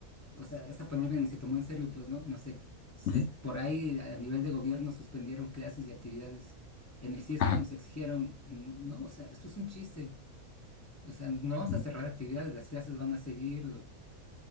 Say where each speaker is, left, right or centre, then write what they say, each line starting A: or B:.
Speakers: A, on the left; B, on the left.
A: o sea, esa pandemia ni se tomó en serio, pues, ¿no? No sé, se-
B: ujú,
A: por ahí a nivel de gobierno suspendieron clases y actividades. En el CIESAS
B: Ajá,
A: nos exigieron, mm, no, o sea, esto es un chiste. O sea, no vamos
B: ujú,
A: a cerrar actividades, las clases van a seguir,